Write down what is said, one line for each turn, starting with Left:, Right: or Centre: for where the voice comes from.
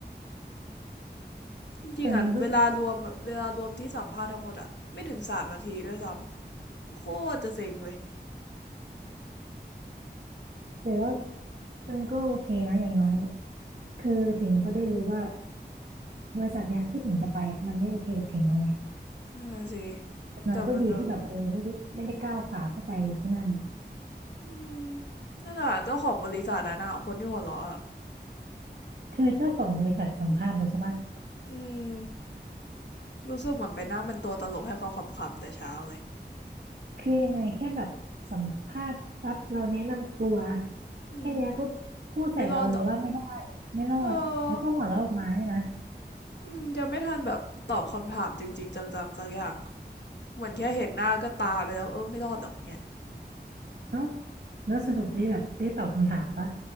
Left: จริงๆอ่ะเวลารวมแบบเวลารวมที่สัมภาษณ์ทั้งหมดอ่ะไม่ถึงสามนาทีด้วยซ้ำโคตรจะเซ็งเลย
Right: แต่มันก็แต่ว่ามันก็โอเคนะอย่างน้อยคือถิงก็ได้รู้ว่าบริษัทเนี้ยที่ถิงจะไปอ่ะมันไม่โอเคกับถิงแล้วไง
Left: นั่นนะสิ
Right: อย่างน้อยก็ดีที่แบบเออไม่ได้ไม่ได้ก้าวขาเข้าไปที่นั่นอ่ะ
Left: แต่มันแบบอืมนั่นอ่ะเจ้าของบริษัทอะนะคนที่หัวเราะอ่ะ
Right: คือเจ้าของบริษัทสัมภาษณ์เลยใช่ปะ
Left: อืมรู้สึกเหมือนไปนั่งเป็นตัวตลกให้เขาขำๆแต่เช้าเลย
Right: คือยังไงแค่แบบสัมภาษณ์ปั๊บเราแนะนำตัว
Left: อืม
Right: แค่เนี้ยก็พูดใส่เราเลยว่าไม่ได้
Left: ไม่รอดหรอก
Right: ไม่รอดแล้วก็หัวเราะออกมาเนี่ยนะ
Left: เอออืมยังไม่ทันแบบตอบคำถามจริงๆจังๆสักอย่าง เหมือนแค่เห็นหน้าก็ตาไปแล้วเออไม่รอดหรอกเนี่ย
Right: เอ้าแล้วสรุปได้แบบได้ตอบคำถามปะ
Left: อืม